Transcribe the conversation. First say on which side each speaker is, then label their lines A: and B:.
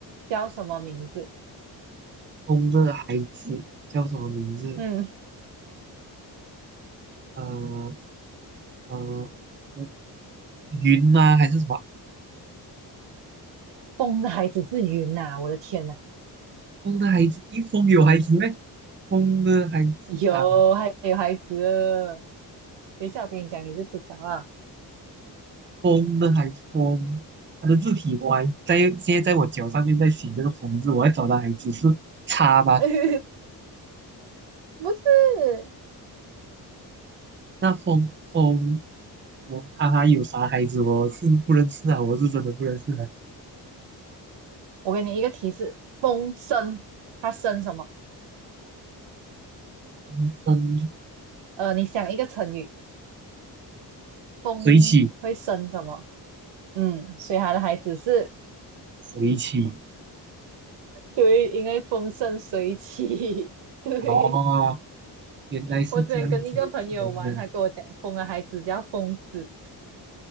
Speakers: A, on the right (about 85°); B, on the right (about 25°).
A: 叫什么名字？
B: 风的孩子叫什么名字？
A: 嗯，
B: 呃呃，风云吗、还是什么？
A: 风的孩子是云呐、我的天呐，
B: 风的孩子，一风有孩子咩？风的孩子啊，
A: 有还有孩子了等一下我跟你讲你就知道啊，
B: 风的孩子，风，他的字体歪，在现在在我脚上面在写这个风字，我要找的孩子是叉吧？
A: <laughs> 不是。
B: 那风风，我哈哈有啥孩子我是不认识啊，我是真的不认识的、
A: 我给你一个提示，风生，它生什么？
B: 风筝
A: 呃，你想一个成语，风会生什么？
B: 水起，
A: 嗯，所以它的孩子是，
B: 水起，
A: 对，因为风生水起。<laughs> 对，
B: 哦，原来是这样子，
A: 我之前跟一个朋友玩，
B: 天呐，
A: 他跟我讲，风的孩子叫疯子。